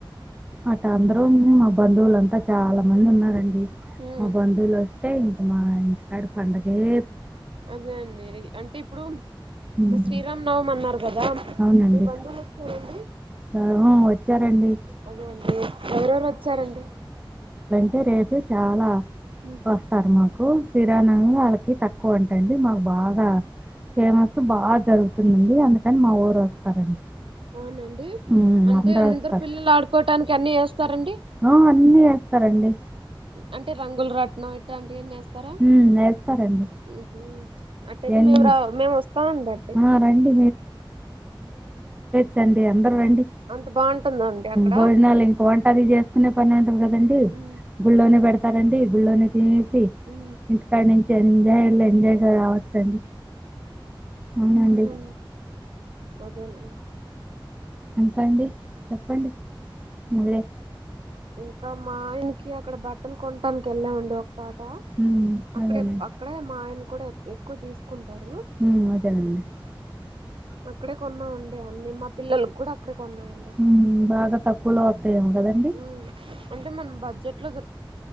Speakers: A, on the right; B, on the right.
A: అట అందరూ మా బంధువులంతా చాలా మంది ఉన్నారండి
B: ఉ
A: మా బంధువులు వస్తే ఇంకా మా ఇ అ ప ఇ
B: అదే అండి అంటే ఇప్పుడు
A: హ్మ్.
B: శ్రీరామ్ నవం అన్నారు కదా
A: అవునండి.
B: మీ బంండువులు వచ్చాయండి
A: ఆ! <inaudible>
B: అదే అండి ఎవరెవరు వచ్చారండి
A: అయిే రేపు చాలా
B: ఉహు
A: వస్తారు మాకు కిరణం వాళ్లకి తక్కువ అంటండి మాకు బాగా ఫేమస్ బాగా జరుగుతుంది అండి అందుకని మా ఊరు వస్తారండి
B: అవునండి
A: ఉమ్,
B: అంటే
A: అందరూ
B: అందరు
A: వస్తారు
B: పిల్లలు ఆడుకోటానికి అన్ని వేస్తారండి
A: ఆ, అన్నీ వేస్తారండి
B: అంటే రంగులు రట్నం ఈట్టంటి సరే
A: ఉమ్, వేస్తారండి
B: మ్మ్ హ్మ్ అట్టయితే
A: ఎన్
B: మేము రా మేము వస్తామండి అట్టయితే
A: ఆ, రండి చండి అందరుండి
B: అంత బాగుంటుందండి అక్కడ
A: భోజనాలు ఇంక వంటది చేసుకునే పని ఉండది కదండి
B: ఉ
A: గుళ్లో నే పెడతారు <inaudible> <inaudible> <inaudible>
B: ఉ
A: ఎంజాయ్ ఎంజాయ్ గ రావచ్చండి అవునండి
B: ఊ అదేన
A: ఇంకండి చెప్పండి మురే
B: ఇంకా మా ఆయనకి అక్కడ బట్టలు కొనటానికి వెళ్ళామండి ఒకసారి హలో
A: ఉమ్,
B: అక్కడ
A: అదేనండి
B: అక్కడే మా ఆయన కూడా ఎక్కువ తీసుకుంటారు
A: <inaudible>
B: అక్కడే కొన్నాం అండి అన్ని మా పిల్లలు కూడా అక్కడ కొన్నా అండి
A: ఉమ్, బాగా తక్కువలో వస్తాయేమో కదండి
B: మ్ అంటే మన బడ్జెట్ లో దో